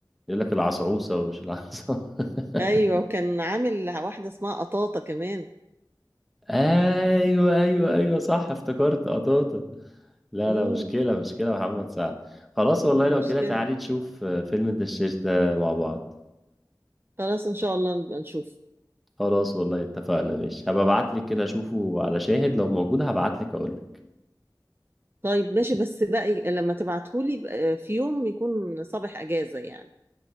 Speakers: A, in the centre; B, on the right.
A: يقول لك العصعوصه ومش العصعوصه <laughs>
B: ايوه وكان عامل واحدة اسمها قطاطة كمان
A: ايوه ايوه ايوه صح افتكرت قطاطه لا
B: مم.
A: لا مشكله مشكله يا محمد سعد خلاص والله
B: مشكلة
A: لو كده تعالي نشوف آه، فيلم الدشاش ده مع بعض
B: خلاص ان شاء الله نبقى نشوف
A: خلاص والله اتفقنا ماشي هبقى ابعت لك كده اشوفه على شاهد لو موجود هبعت لك اقول لك
B: طيب ماشي بس بقى لما تبعتهولي بقى في يوم يكون صباح اجازة يعني